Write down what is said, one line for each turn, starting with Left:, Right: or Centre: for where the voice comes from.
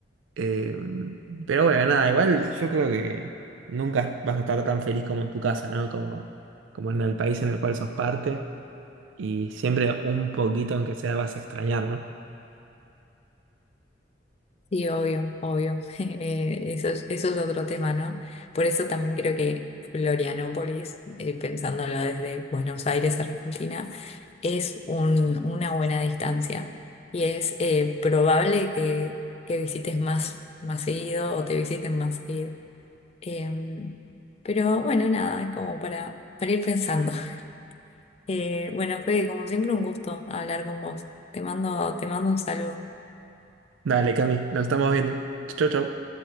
Right: Eh, pero bueno, nada, igual yo creo que nunca vas a estar tan feliz como en tu casa, ¿no? Como, como en el país en el cual sos parte y siempre un poquito, aunque sea, vas a extrañar, ¿no?
Left: Sí, obvio, obvio. <laughs> Eh, eso es, eso es otro tema, ¿no? Por eso también creo que Florianópolis, eh, pensándolo desde Buenos Aires, Argentina, es un- una buena distancia y es eh, probable que, que visites más, más seguido o te visiten más seguido. Em, pero bueno, nada, es como para, para ir pensando. <laughs> Eh, bueno, Fede, como siempre, un gusto hablar con vos. Te mando, te mando un saludo.
Right: Dale, Cami, nos estamos viendo. Chau, chau.